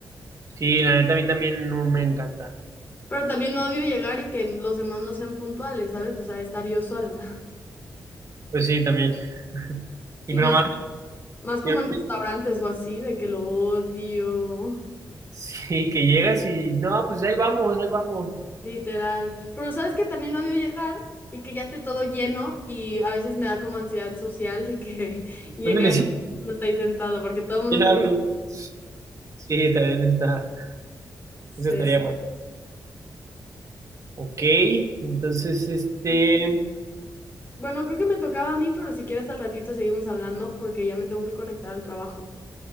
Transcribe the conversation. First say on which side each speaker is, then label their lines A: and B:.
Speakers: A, on the right; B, on the left.
A: sí, la neta a mí también no me encanta.
B: Pero también odio llegar y que los demás no sean puntuales, ¿sabes? O sea, estar yo sola. <laughs>
A: Pues sí, también. <laughs>
B: Sí,
A: Y mi
B: más,
A: mamá,
B: más como
A: <laughs>
B: en restaurantes o así, de que lo odio,
A: sí, que llegas y no, pues ahí vamos, ahí vamos.
B: literal. Pero sabes que también odio llegar y que ya esté todo lleno y a veces me da como ansiedad social de que <laughs> llegar
A: ¿Dónde me
B: y
A: siento?
B: todo el mundo está ahí sentado porque todo el mundo
A: ¿Quién hablo? Sí, también está. Eso
B: te...
A: estaría bueno. Ok, entonces este.
B: Ok. Bueno, creo que me tocaba a mí, pero si quieres al ratito seguimos hablando porque ya me tengo que conectar al trabajo.